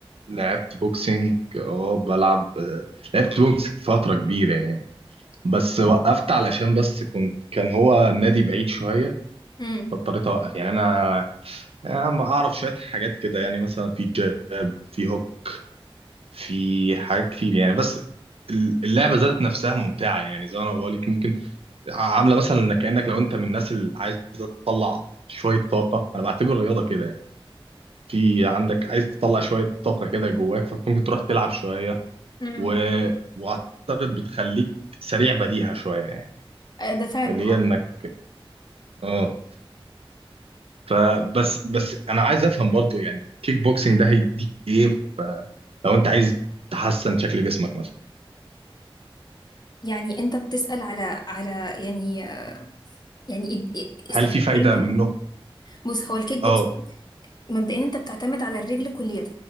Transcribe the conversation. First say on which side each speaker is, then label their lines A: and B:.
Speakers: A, on the right (about 80°); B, on the left (about 45°).
A: لعبت بوكسنج اه بلعب آه، لعبت بوكسنج فتره كبيره يعني. بس وقفت علشان بس كنت كان هو النادي بعيد شوية
B: امم
A: فاضطريت أوقف يعني أنا يعني ما أعرف شوية حاجات كده يعني مثلا في جاب في هوك في حاجات كتير يعني بس اللعبة ذات نفسها ممتعة يعني زي ما أنا بقول لك ممكن عاملة مثلا إنك كأنك لو أنت من الناس اللي عايزة تطلع شوية طاقة أنا بعتبر الرياضة كده يعني في عندك عايز تطلع شوية طاقة كده جواك فممكن تروح تلعب شوية
B: امم
A: و... وأعتقد بتخليك سريع بديهة شوية يعني
B: آه، ده فعلا
A: اللي
B: اه
A: هي إنك اه فبس بس انا عايز افهم برضو يعني كيك بوكسنج ده هيديك ايه ف- لو انت عايز تحسن شكل جسمك مثلا
B: يعني انت بتسأل على على يعني يعني اد- استفدت
A: هل في فايدة
B: ايه يعني
A: منه؟
B: بص هو الكيك بوكس
A: اه
B: مبدئيا انت بتعتمد على الرجل كليا